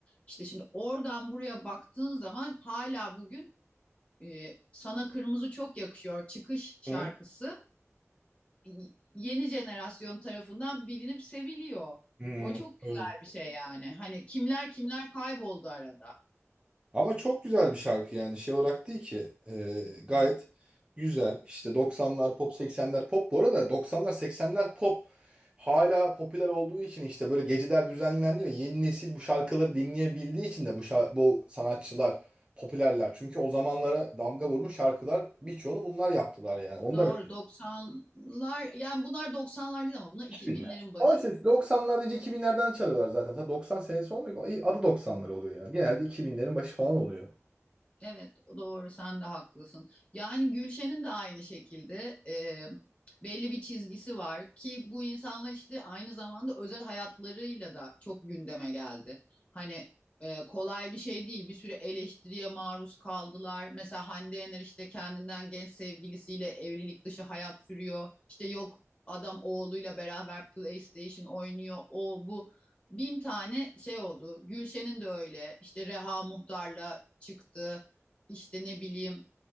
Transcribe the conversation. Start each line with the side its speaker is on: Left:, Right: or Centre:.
Left: İşte şimdi oradan buraya baktığın zaman hala bugün e, Sana Kırmızı Çok Yakışıyor çıkış şarkısı
Right: Hı.
Left: y- yeni jenerasyon tarafından bilinip seviliyor.
Right: hı
Left: O çok güzel
Right: doğru.
Left: bir şey yani. Hani kimler kimler kayboldu arada.
Right: Ama çok güzel bir şarkı yani şey olarak değil ki Ee, gayet güzel işte 90'lar pop 80'ler pop bu arada 90'lar 80'ler pop hala popüler olduğu için işte böyle geceler düzenlendi ve yeni nesil bu şarkıları dinleyebildiği için de bu, şar- bu sanatçılar popülerler. Çünkü o zamanlara damga vurmuş şarkılar birçoğunu bunlar yaptılar yani onu
Left: Doğru
Right: da ben
Left: 90'lar yani bunlar 90'lar değil ama bunlar 2000'lerin
Right: 2000'ler.
Left: başı.
Right: Oysa 90'lar deyince 2000'lerden çalıyorlar zaten. Zaten 90 senesi olmuyor. Adı 90'lar oluyor yani. Genelde 2000'lerin başı falan oluyor.
Left: Evet, doğru sen de haklısın. Yani Gülşen'in de aynı şekilde e, belli bir çizgisi var ki bu insanlar işte aynı zamanda özel hayatlarıyla da çok gündeme geldi. Hani e, kolay bir şey değil. Bir sürü eleştiriye maruz kaldılar. Mesela Hande Yener işte kendinden genç sevgilisiyle evlilik dışı hayat sürüyor. İşte yok adam oğluyla beraber PlayStation oynuyor. O bu bin tane şey oldu. Gülşen'in de öyle. işte Reha Muhtar'la çıktı işte ne bileyim